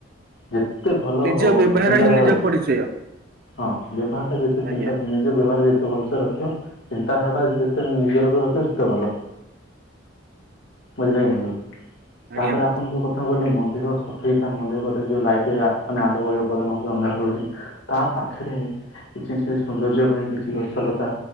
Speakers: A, on the left (about 65°); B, on the right (about 50°).
A: ଯେତେ ଭଲ
B: ନିଜ
A: ହ
B: ବ୍ୟବହାର
A: ଚିନ୍ତାଧାରା
B: ହିଁ ନିଜ
A: ଅଛି
B: ପରିଚୟ।
A: ହଁ ବ୍ୟବହାର ଟା ଯେତେ
B: ଆଜ୍ଞା
A: ଚିନ୍ତା ନିଜ ବ୍ୟବହାର ଯେତେ ଭଲସ ରଖିବ ଚିନ୍ତାଧାରା ଟା ଯେତେ ନିଜର କ ରଖିବ ସେତେ ଭଲ। ବୁଝିଲେ କି ବନ୍ଧୁ
B: ଆଜ୍ଞା
A: ତାପରେ
B: ବନ୍ଧୁ।
A: ଆପଣଙ୍କ ଯୋଉ କଥା ଥା ମୁଁ କଲି ମନ୍ଦିର ସଫେଇ ତା ମନ୍ଦିର କତିିରେ ଯୋଉ ଲାଇଟ୍ ଲା ମାନେ ଆଲକ ଉପଦାନ ହଉଛି ଅନ୍ଧାର ହଉଛି ତା ପାଖରେ କିଛି ସେ ସୌନ୍ଦର୍ଯ୍ୟ ପାଇଁ କିଛି ଗଛଲତା